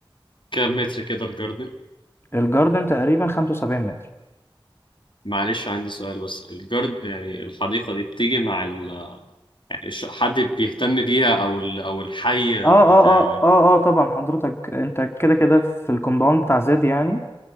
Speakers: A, on the left; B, on the left.
A: كام متر كده الجاردن
B: الجاردن تقريبا 75 متر
A: معلش عندي سؤال بس الجارد يعني الحديقة دي بتيجي مع ال... يعني الش- حد بيهتم بيها او ال... او الحي
B: اه
A: بتاع
B: اه اه اه اه طبعا حضرتك انت كده كده في الكومباوند بتاع زاد يعني